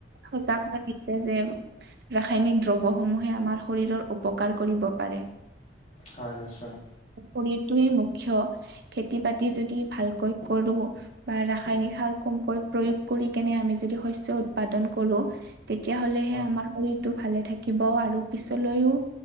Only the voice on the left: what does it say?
হয়, নিশ্চয়
হয়